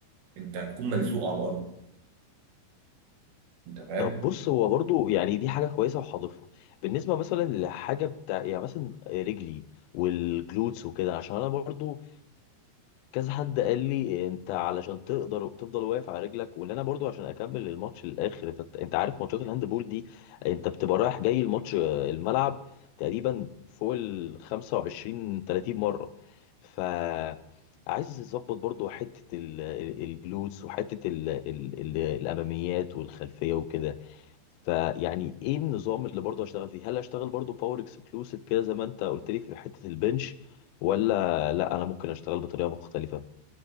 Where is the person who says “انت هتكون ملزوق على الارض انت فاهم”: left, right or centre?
Right